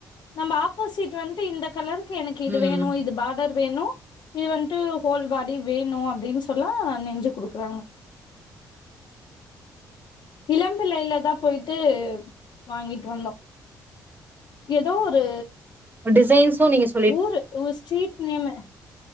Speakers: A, on the left; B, on the right.
A: நம்ம ஆப்போசிட் வன்ட்டு இந்த கலர் க்கு எனக்கு இது
B: ம்,
A: வேணு
B: ம்.
A: இது பாடர் வேணு நீ வன்ட்டு ஹோல் பாடி வேணு அப்டின் சொல்லா நெஞ்சு குடுக்குறாங்க இளம்பிள்ளைையில தா போயிட்டு வாங்கிட் வந்தோ எதோ ஒரு
B: டிசைன்ஸ்ஸு நீங்க சொ
A: ஊரு ஒவொரு ஸ்ட்ரீட் நேம்மு